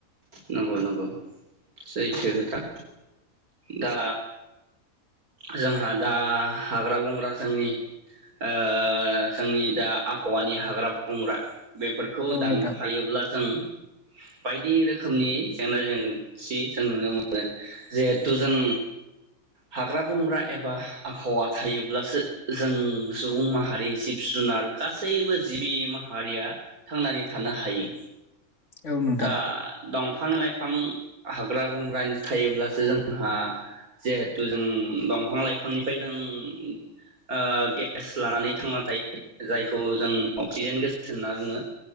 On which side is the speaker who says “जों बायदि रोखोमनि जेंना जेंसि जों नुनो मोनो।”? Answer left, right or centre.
Right